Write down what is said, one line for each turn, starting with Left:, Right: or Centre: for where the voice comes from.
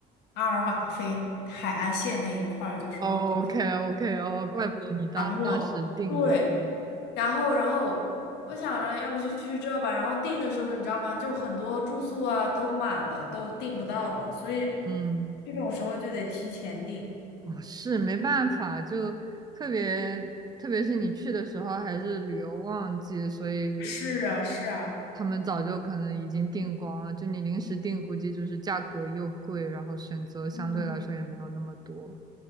Left: 阿尔马菲海岸线那一块儿，就什么波。
Right: o k OK，哦，怪不得你当当时定了去呢
Left: 卡诺，对，然后然后我想着要不就去这吧，然后订的时候你知道吗？就很多住宿啊都满了，都订不到了，所以
Right: 嗯，
Left: 这种时候就得提前订。
Right: 啊是没办法，就特别特别是你去的时候还是旅游旺季，所以
Left: 是啊，是啊，
Right: 他们早就可能已经订光了。就你临时订，估计就是价格又贵，然后选择相对来说也没有那么多。
Left: 嗯，